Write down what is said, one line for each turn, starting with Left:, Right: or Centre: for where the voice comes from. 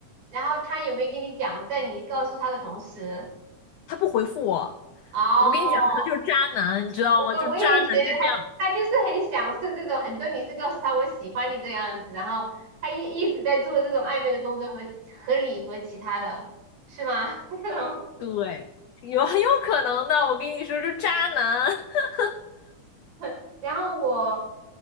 Right: 然后他有没有跟你讲，在你告诉他的同时，
Left: 他不回复我。
Right: 哦，
Left: 我跟你讲，可能就是渣男，你知道吗？
Right: 我我也觉得他他就是很享受这种，
Left: 就是渣男就是这样，
Right: 很多女生告诉他我喜欢你这样子，然后他一一直在做这种暧昧的动作和和你和其他的是吗？<laughs> 这种。
Left: 对，有很有可能的。我跟你说，就是渣男。<laughs>
Right: <laughs> 然后我